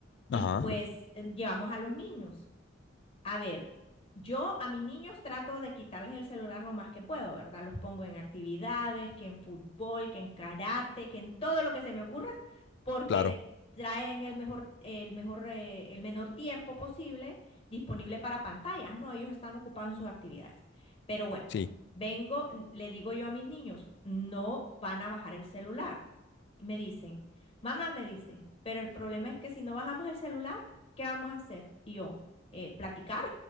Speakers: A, on the left (about 30°); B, on the left (about 55°).
A: y
B: Ajá,
A: pues eh, llevamos a los niños. A ver, yo a mis niños trato de quitarles el celular lo más que puedo, ¿verdad? Los pongo en actividades, que en fútbol, que en karate, que en todo lo que se me ocurra, porque
B: claro.
A: traen el mejor, el mejor, eh, el menor tiempo posible disponible para pantallas, ¿no? Ellos están ocupados en sus actividades. Pero bueno,
B: Sí,
A: vengo, n- le digo yo a mis niños, no van a bajar el celular. Y me dicen, mamá me dice, pero el problema es que si no bajamos el celular, ¿qué vamos a hacer? Y yo eh, platicar